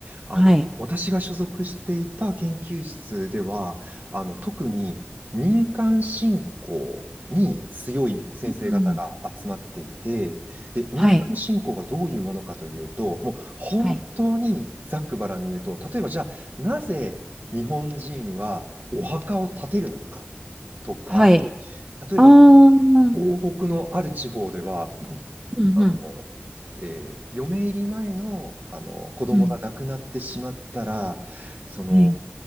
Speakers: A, on the right; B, on the right.
A: あの、
B: はい。
A: 私が所属していた研究室では、あの、特に民間信仰に強い先生方が集まっていて、
B: うん
A: で、民間信仰がどういうものかというと、
B: はい。
A: もう本当にざっくばらんに言うと、
B: はい。
A: 例えばじゃあ、なぜ日本人はお墓を建てるのかとか、
B: はい。
A: 例えばその東北のある地方では、
B: ああ、うんうん。
A: あの、えー嫁入り前の、あの子供が亡くなってしまったら、
B: うん。
A: その
B: はい。